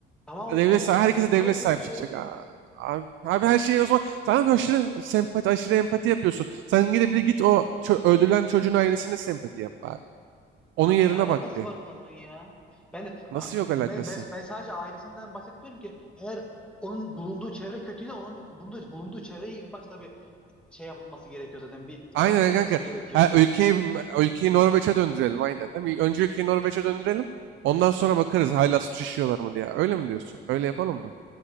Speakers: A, in the centre; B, on the right.
A: Tamam
B: Devlet,
A: oğlum
B: sa- herkese
A: bu, bu
B: devlet
A: da kötü.
B: sahip çıkacak. Aa, Abi, abi her şeyi o zaman tamam aşırı sempati, aşırı empati yapıyorsun. Sen gide bir git o çö- öldürülen çocuğun ailesine sempati yap abi. Onun
A: Abi
B: yerine
A: ne alakası
B: bak bir.
A: var konunun ya? Ben,
B: Nasıl yok alakası?
A: ben, ben, ben sadece ailesinden bahsetmiyorum ki. Eğer onun bulunduğu çevre kötüyse onun bulunduğu, bulunduğu çevreye ilk başta bir şey yapılması gerekiyor zaten. Bir adam
B: Aynen
A: edilmesi
B: kanka.
A: gerekiyor.
B: Ha, ülkeyi, ülkeyi Norveç'e döndürelim aynen değil mi? Önce ülkeyi Norveç'e döndürelim. Ondan sonra bakarız hala suç işliyorlar mı diye. Öyle mi diyorsun? Öyle yapalım mı?